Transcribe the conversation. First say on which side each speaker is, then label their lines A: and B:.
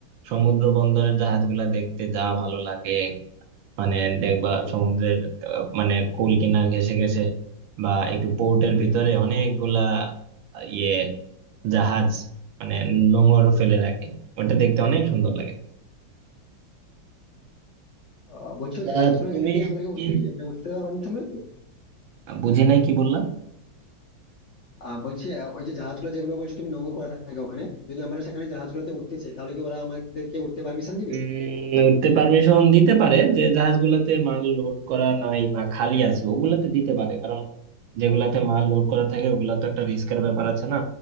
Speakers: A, on the right (about 80°); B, on the left (about 70°).
A: সমুদ্র বন্দরের জাহাজগুলা দেখতে যা ভালো লাগে মানে দেখবা সমুদ্রের আহ, মানে কুল কিনার ঘেঁষে ঘেঁষে বা একটু পোর্টের ভিতরে অনেকগুলা আহ, ইয়ে জাহাজ মানে নোঙর ফেলে রাখে ওটা দেখতে অনেক সুন্দর লাগে
B: আহ বলছি ওই
A: তা
B: জাহাজগুলোকে
A: তুমি
B: কি আমাদেরকে
A: কি
B: উঠতে দিবে মানে উঠতে দেওয়ার পারমিশন রয়েছে
A: আহ, বুঝি নাই কি বললা
B: আহ বলছি আহ, ওই যে জাহাজগুলো যেগুলো বলছো তুমি নোঙর করা থাকে ওখানে যদি আমরা সেখানে জাহাজগুলোতে উঠতে চাই তাহলে কি ওরা আমাদেরকে উঠতে পারমিশন দিবে
A: উম, উঠতে পারমিশন দিতে পারে যে জাহাজগুলাতে মাল লোড করা নাই বা খালি আছে ওগুলাতে দিতে পারে কারণ যেগুলাতে মাল লোড করা থাকে ওগুলা তো একটা রিস্কের ব্যাপার আছে না